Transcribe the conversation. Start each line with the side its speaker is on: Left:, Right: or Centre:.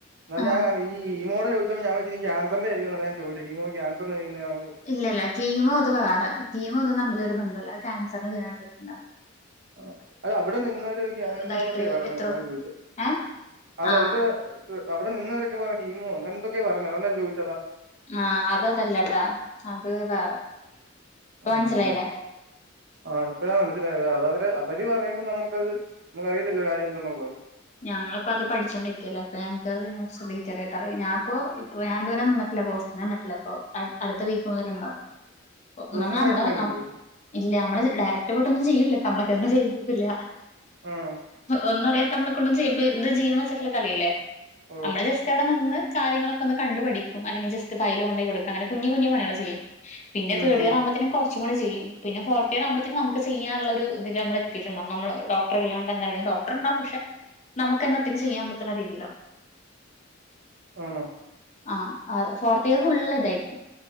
Right: എന്നാ
Left: ആ
Right: ഞാ ഈ ഹീമോടെ ചോയിച്ചപ്പോ ഞവയിച്ചു ഇനി കാൻസറിന്റെ ആയിരിക്കും ആതാ ഞാൻ ചോയിച്ചെ കീമോ ക്യാൻസർന്ന് ചെയ്യ്ന്നതാണോ?
Left: ഇല്ല ഇല്ല കീമോ അത് വേറെ കീമോ ഇതുംതമ്മിൽ ഒരു ബന്ധല്ല അത് ക്യാൻസറിന ചെയ്യ്ണ ട്രീറ്റ്‌മെന്റാ
Right: ആഹ് അത് അവിടെ നിന്നൊരു <unintelligible>
Left: ഇതായിട്ട്
Right: പറഞ്ഞെ
Left: എത്രോ
Right: അതാ ചോദിച്ച
Left: ഏ
Right: അവ്
Left: ആ
Right: എന്റെ അവിടെ നിന്നവരൊക്കെ പറഞ്ഞെ ഹീമോ അങ്ങനെന്തൊക്കെ പറഞ്ഞെ അതോണ്ടാ ഞാൻ ചോയ്
Left: ആഹ് അതതല്ലട്ടാ അത് വേറെ ഇപ്പൊ
Right: ആഹ്
Left: മനസ്സിലായില്ലേ
Right: അതെ ആഹ് ഇപ്പഴ മനസ്സിലായെ അത് അവര് അവര് പറയുമ്പോ നമുക്കത് നമുക്കറിയത്തില്ല കാര്യ എന്താന്നുള്ളത്
Left: ഞങ്ങൾപ്പോ അത് പഠിച്ചൊണ്ടരിക്കല്ലെ അപ്പൊ ഞങ്ങക്ക് അതിനെ കുറച്ച് ഡീറ്റെയിലേയിട്ട് അറിയ ഞാപ്പോ ഇപ്പോ ഞാൻതുവരെ നിന്നിട്ടില്ല പോസ് ഞാ നട്ടില്ല പ്പൊ അട് അടുത്ത വീക്ക് മുതലുണ്ടാവും അപ്പൊ
Right: പോസ്റ്റിംഗ്
Left: ന്ന നമ്മുടെ
Right: ആയിട്ടില്ല നിങ്ങക്ക്
Left: ന ഇല്ല നമ്മള് ഡയറക്ട് പോയിട്ടൊന്നും ചെയ്യില്ലട്ടോ നമ്മളെക്കൊണ്ട് ചെയ്യുപ്പിക്കൂല്ല
Right: ആഹ്
Left: ഒന്നു അറിയാത്ത നമ്മളെ കൊണ്ടും ചെയ്യുമ്പ ഇത് ജീവൻ വെച്ചിട്ടുള്ള കളിയെല്ലേ
Right: ഓഹ്
Left: നമ്മള് ജസ്റ്റവിടെ നിന്ന് കാര്യങ്ങളൊക്കെ ഒന്ന് കണ്ടു പഠിക്കും അല്ലെങ്കി ജസ്റ്റ് ഫയല് കൊണ്ടോയി കൊടുക്കും അങ്ങനെ കുഞ്ഞി കുഞ്ഞി പണികെളാ ചെയ്യി പിന്നെ
Right: ഉം
Left: തേടിയറാ പിന്നെ കൊറച്ച കൂടെ ചെയ്യും പിന്നെ ഫോർത്തിയറാവുമ്പത്തേക്ക് നമുക്ക് ചെയ്യാനുള്ള ഒരു ഇതില് നമ്മളെത്തിയിട്ട്ണ്ടാവും നമ്മ ഡോക്ട അല്ലാണ്ട്ന്നെ അല്ലെങ്കി ഡോക്ടർണ്ടാവും പക്ഷെ നമുക്കെന്നെ ഒറ്റക്ക് ചെയ്യാൻ പറ്റുന്ന രീതിയിലാവും <inaudible>
Right: ആണോ?
Left: ആഹ് ആ ഫോർത്തിയർ ഫുള്ള്തായിരിക്കും